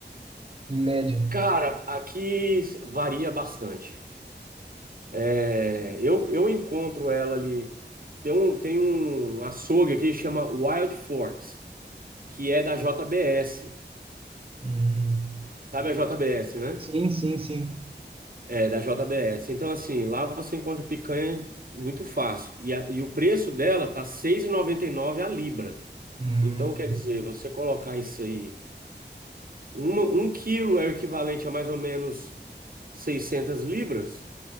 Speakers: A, on the right (about 30°); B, on the right (about 50°).
A: em média?
B: cara, aqui varia bastante. É, eu, eu encontro ela ali. Tem um, tem um açougue aqui que chama Wild Forks, que é da JBS.
A: Hum.
B: Sabe a JBS, né?
A: Sim, sim, sim.
B: É, da JBS. Então, assim, lá você encontra picanha muito fácil. E, a- e o preço dela tá seis e noventa e nove a libra.
A: Hum.
B: Então, quer dizer, você colocar isso aí, uma, um quilo é o equivalente a mais ou menos 600 libras.